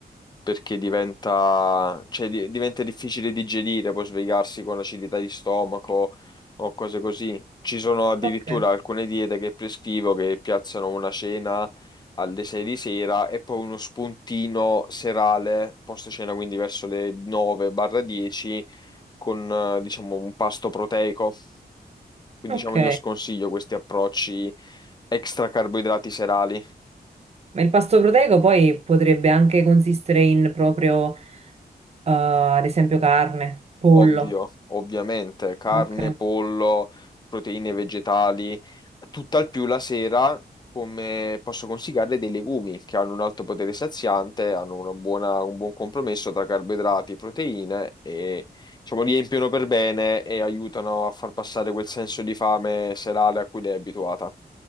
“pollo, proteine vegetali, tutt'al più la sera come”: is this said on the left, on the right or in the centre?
Left